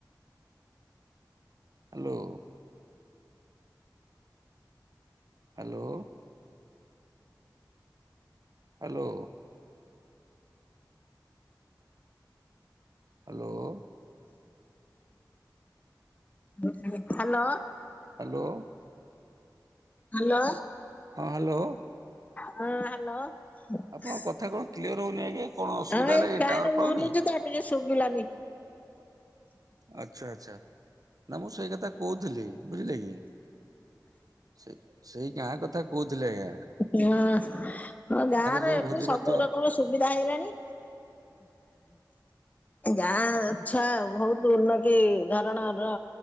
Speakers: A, on the right; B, on the left.
A: Hello. Hello. Hello. Hello.
B: Hello.
A: Hello.
B: Hello.
A: ହଁ ହ୍ୟାଲୋ।
B: ହଁ ହ୍ୟାଲୋ। ହଁ
A: ଆପଣଙ୍କ କଥା କଣ କ୍ଲିୟର ହଉନି ଆଜ୍ଞା କଣ ଅସୁବିଧା ହେଲା
B: ଏଇ
A: କି
B: ଫ୍ୟାନ
A: ଟାୱାର ପାଉନି?
B: ବଲୁଚି ତ ଟିକେ ଶୁଭିଲାନି।
A: ଆଚ୍ଛା ଆଚ୍ଛା ନା ମୁଁ ସେଇ କଥା କହୁଥିଲି ବୁଝିଲେ କି? ସେ ସେଇ ଗାଁ କଥା କହୁଥିଲି ଆଜ୍ଞା।
B: ହଁ ହ ଗାଁରେ
A: ଯୋଉ
B: ଏବେ
A: ଭୋଜି
B: ସବୁ
A: ଭାତ
B: ରକମ ସୁବିଧା ହେଇଗଲାଣି। ଏ ଗାଁ ଛୁଆ ବହୁତ ଉନ୍ନତି ଧରଣର